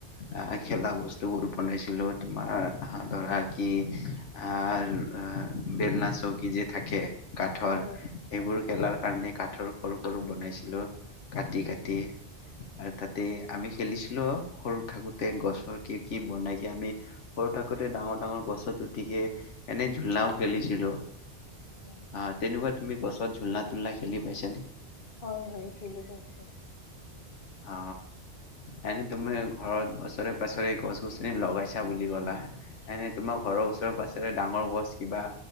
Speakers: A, on the left; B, on the left.
A: আহ খেলা বস্তুবোৰ বনাইছিলো। তোমাৰ ধৰা কি আহ বেলনা চৌকী যে থাকে। কাঠৰ
B: হয়
A: সেইবোৰ খেলাৰ কাৰণে কাঠৰ সৰু সৰু বনাইছিলো কাটি কাটি আৰু তাতে আমি খেলিছিলো সৰু থাকোতে গছৰ কি কি বনাই কি আমি সৰু থাকোতে ডাঙৰ ডাঙৰ গছত উঠিকে এনে ঝোলনাও খেলিছিলো।
B: হয়
A: আহ্ তেনেকুৱা তুমি গছত ঝোলনা তুলনা খেলি পাইছ নে?
B: হয় হয় খেলি পাইছো
A: অ এনে তুমি ঘৰত ওচৰে পাছৰে গছ-গছনি লগাইছা বুলি ক'লা, এনে তোমাৰ ঘৰৰ ওচৰেৰে পাছৰে ডাঙৰ গছ কিবা